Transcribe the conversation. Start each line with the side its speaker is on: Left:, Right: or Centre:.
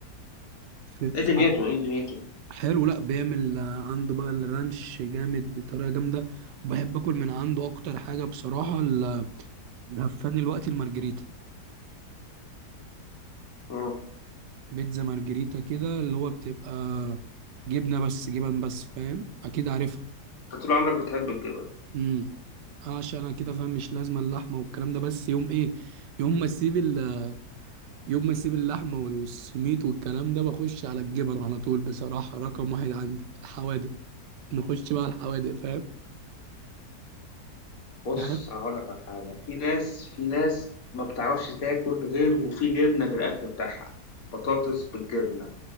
Right: في,
Left: ايه
Right: في
Left: دنيته ايه دنيته
Right: حلو لا بيعمل آه، عنده بقى الرانش جامد بطريقة جامدة وبحب اكل من عنده اكتر حاجة بصراحة ال- الهفان الوقت المارجريتا
Left: اه
Right: بيتزا مارجريتا كده اللي هو بتبقى جبنة بس جبن بس فاهم اكيد عارفها
Left: انت طول عمرك بتحب الجبن
Right: امم عشان انا كده فاهم مش لازمة اللحمة والكلام ده بس يوم ايه يوم ما اسيب ال... يوم ما اسيب اللحمة والسميت والكلام ده بخش على الجبن على طول بصراحة رقم واحد عندي الحوادق نخش بقى على الحوادق فاهم
Left: بص
Right: يعني
Left: انا هقول لك على حاجه في ناس في ناس ما بتعرفش تاكل غير وفي جبنه في الاكل بتاعها بطاطس بالجبنه